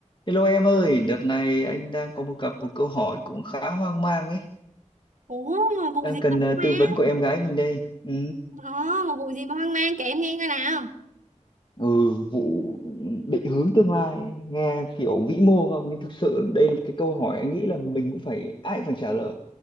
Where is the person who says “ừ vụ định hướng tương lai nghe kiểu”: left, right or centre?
Left